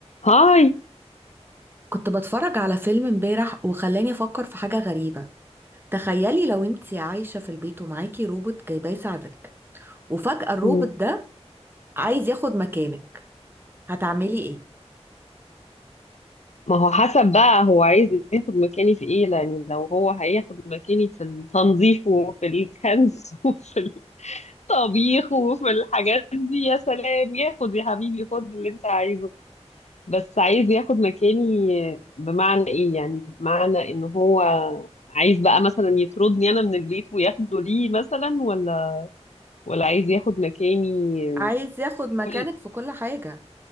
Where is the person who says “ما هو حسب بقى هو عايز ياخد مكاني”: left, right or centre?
Left